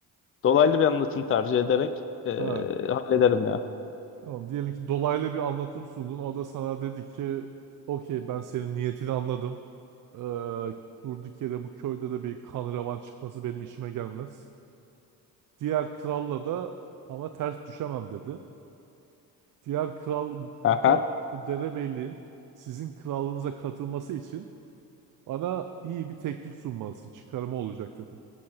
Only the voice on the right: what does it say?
Ha.
Tamam diyelim ki dolaylı bir anlatım sundun. O da sana dedi ki okey ben senin niyetini anladım. Ee, durduk yere bu köyde de bir kan revan çıkması benim işime gelmez. Diğer kralla da ama ters düşemem dedi. Diğer kral bu,
bu, kra- bu derebeyliğin sizin krallığınıza katılması için bana iyi bir teklif sunmalısın. Çıkarıma olacak dedi.